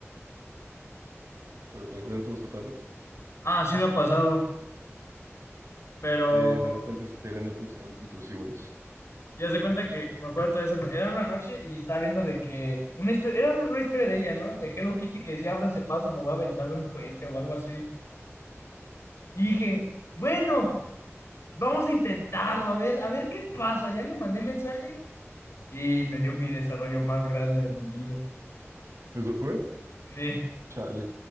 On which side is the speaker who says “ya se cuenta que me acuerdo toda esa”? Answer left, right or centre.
Left